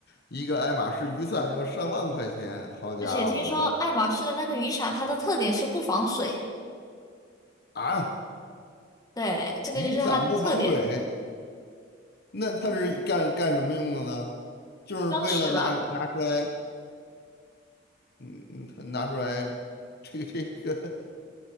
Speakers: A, on the left; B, on the left.
A: 一个爱马仕雨伞要上万块钱，好家伙，
B: 而且听说爱马仕的那个雨伞，它的特点是不防水，
A: 啊，
B: 对，这个就是它的特点，
A: 雨伞不防水，那它是干干什么用的呢？就是为了拿拿出来。
B: 装饰吧。
A: 嗯嗯，拿出来这个这个